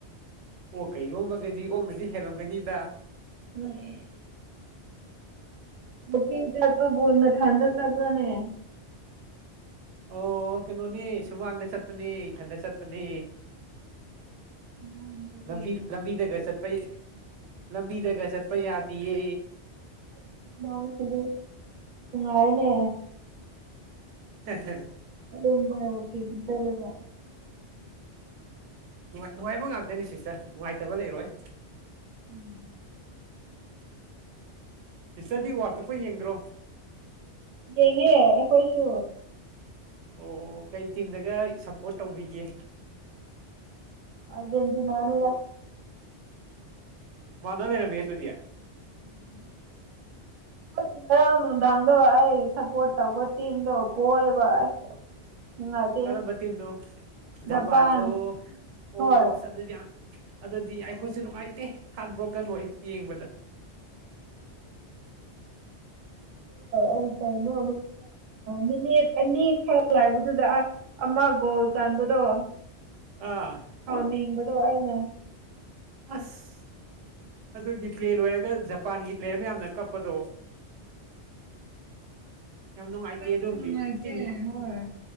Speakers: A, on the right; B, on the right.
A: ꯑꯣ ꯀꯩꯔꯣꯝꯃꯒꯗꯤ ꯑꯣꯛꯅꯗꯤ ꯍꯦꯜꯂꯝꯒꯅꯤꯗ
B: ꯎꯝ ꯕꯨꯀꯤꯡꯇ ꯅ ꯊꯥꯟꯗ ꯇ ꯄꯨꯅꯦ
A: ꯑꯣ ꯀꯩꯅꯣꯅꯤ ꯁꯨꯃꯥꯡꯗ ꯆꯠꯄꯅꯤ ꯏꯊꯟꯗ ꯆꯠꯄꯅꯤ
B: ꯅꯪꯁꯤꯗꯤ
A: ꯂꯕꯤ ꯂ ꯂꯝꯕꯤꯗ ꯀꯁꯠꯄꯩ ꯂꯝꯕꯤꯗꯒ ꯆꯠꯄ ꯌꯥꯗꯤꯌꯦ
B: ꯑ ꯎ ꯁꯗꯤꯔ ꯊꯥꯏꯅꯦ
A: ꯍ
B: ꯑꯗꯨꯝꯕ ꯍ ꯆꯂꯒ
A: ꯅꯨꯡꯉꯥꯏ ꯅꯨꯡꯉꯥꯏꯕ ꯉꯥꯛꯇꯅꯤ ꯁꯤꯁꯇꯔ ꯅꯨꯡꯉꯥꯏꯇꯕ ꯂꯩꯔꯣꯏ
B: ꯎꯝ
A: ꯇꯤꯆꯔꯗꯤ ꯋꯥꯔ ꯀꯛꯄ ꯌꯦꯡꯗ꯭ꯔꯣ
B: ꯌꯦꯡꯉꯦ ꯑꯩꯈꯣꯏꯁꯨ
A: ꯑꯣ ꯀꯩ ꯇꯤꯝꯗꯒ ꯁꯄꯣꯔꯠ ꯇꯧꯕꯤꯒꯦ
B: ꯗꯟꯗꯤꯅꯔ
A: ꯃꯅ ꯂꯩꯅꯃꯤ ꯇꯨꯗꯤꯌꯥ
B: ꯎꯝ ꯑꯁ ꯉꯔꯥꯡ ꯅꯨꯡꯗꯥꯡꯗꯣ ꯑꯩ ꯁꯞꯄꯣꯔꯠ ꯇꯧꯕ ꯇꯤꯝꯗꯣ ꯄꯣꯏꯑꯦꯕ ꯑꯁ ꯅꯨꯡꯉꯥꯏꯇꯦ
A: ꯀꯔꯝꯕ ꯇꯤꯝꯅꯣ
B: ꯖꯄꯥꯟ
A: ꯖꯄꯥꯟꯜꯂꯣ
B: ꯍꯣꯏ
A: ꯑꯣ ꯁ ꯑꯗꯨꯗꯤ ꯑꯗꯨꯗꯤ ꯑꯩꯈꯣꯏꯁꯨ ꯅꯨꯡꯉꯥꯏꯇꯦ ꯍꯥꯔꯠ ꯕ꯭ꯔꯣꯀꯟ ꯑꯣꯏ ꯌꯦꯡꯕꯗ
B: ꯑꯩ ꯀꯩꯅꯣ ꯃꯤꯅꯤꯠ ꯑꯅꯤꯈꯛ ꯂꯥꯏꯕꯗꯨꯗ ꯑ ꯑꯃ ꯣꯜ ꯇꯥꯟꯕꯗꯣ
A: ꯑꯥ
B: ꯑ ꯅꯕꯗꯨ ꯋꯥꯏꯗ
A: ꯑꯁ ꯑꯗꯨꯒꯤ ꯄ꯭ꯂꯦ ꯂꯣꯏꯔꯒ ꯖꯄꯥꯟꯒꯤ ꯄ꯭ꯂꯦꯌꯔ ꯃꯌꯥꯝꯅ ꯀꯞꯄꯗꯣ ꯌꯥꯝ ꯅꯨꯡꯉꯥꯏꯇꯦ
B: ꯑꯩꯈꯣꯏꯁꯨ
A: ꯑꯗꯨꯝꯗꯤ
B: ꯅꯨꯡꯉꯥꯏꯖꯦ
A: ꯀꯤꯠꯅꯤ
B: ꯍꯣꯏ